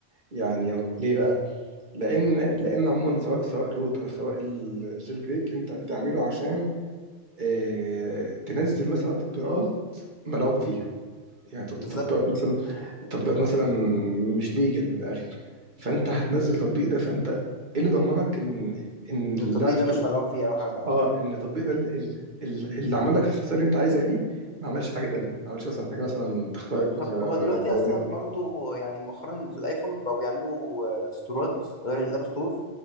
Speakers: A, on the right (about 40°); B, on the left (about 40°).
A: يعني ليه بقى لان لان عموما سواء سواء الروت او سواء الجيل بريك انت بتعمله عشان آه، تنزل مثلا تطبيقات ملعوب فيها يعني تط-
B: بالظبط
A: تطبيقات مثلا تطبيقات مثلا مش ليجل من الاخر فانت هتنزل تطبيق ده فانت ايه اللي ضمنك ان ان
B: ان
A: اللاعب
B: التطبيق
A: في
B: ده
A: تط...
B: مش مدعوم فيه او حاجه اه
A: اه ان التطبيق ده ال- ال- ال- اللي عمل لك الخصائص اللي انت عايزها دي ما عملش حاجه تانية ما عملش مثلا حاجه مثلا تخترق
B: ط- طب
A: آه،
B: هو دلوقتي
A: بيانات
B: اصلا برضو يعني مؤخرا في الايفون بقوا بيعملوا آه، ستورات غير الاب ستور